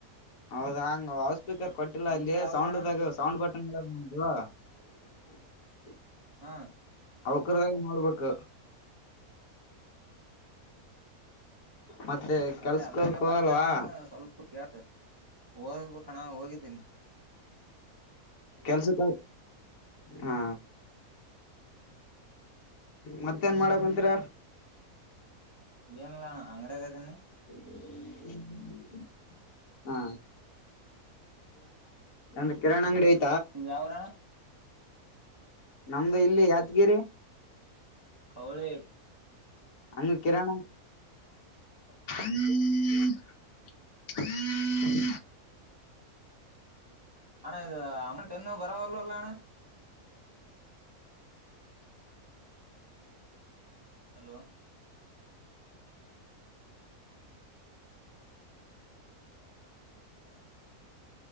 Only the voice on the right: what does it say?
ನಿಮ್ದ
ಯಾವಊರಣ
ಹಾ
ಅದೇ
ಅದ್ರಾಗ
ಬರ್ತಾನ ಸ್ವಲ್ಪ ಕೇಳ್ದೆ. ಹೋಗಬೇಕ ಅಣ್ಣ ಹೋಗಿದ್ದೀನಿ.
ಏನಿಲ್ಲ ಅಣ್ಣ ಅಂಗಡಿಯಾಗ ಅದೇನಿ.
ನಿಮ್ದ ಯಾವೂರನ್ನ.
ಕವಳೆ.
ಅಣ್ಣ ಇದು ಅಮೌಂಟ್ ಇನ್ನೂ ಬರವಲ್ಲು ಅಲಾ. ಹಲೋ.